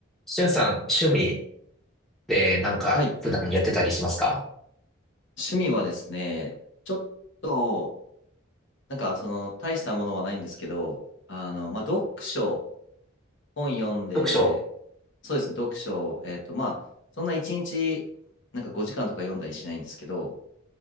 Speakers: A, in the centre; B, on the left (about 60°).
A: しゅんさん、趣味でなんか普段やってたりしますか
B: はい。趣味はですね、ちょっと、なんかその、大したものはないんですけど、あの、まあ、読書、本読んで、
A: 読書。
B: そうですね、読書、えっと、まあ、そんな1日、なんか5時間とか読んだりしないんですけど、